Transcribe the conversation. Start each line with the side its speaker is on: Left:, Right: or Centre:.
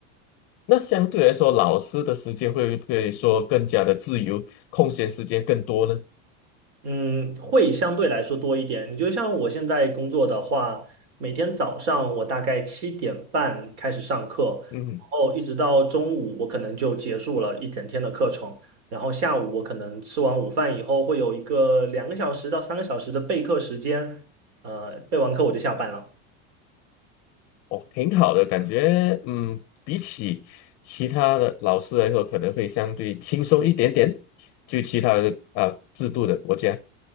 Left: 那相对来说，老师的时间会不会说更加的自由，空闲时间更多呢？
Right: 嗯，会相对来说多一点。你就像我现在工作的话，每天早上我大概七点半开始上课，
Left: 嗯哼
Right: 然后一直到中午，我可能就结束了一整天的课程。然后下午我可能吃完午饭以后，会有一个两个小时到三个小时的备课时间，呃，备完课我就下班了。
Left: 哦，挺好的，感觉，嗯，比起其他的老师来说，可能会相对轻松一点点，就其他的啊、制度的国家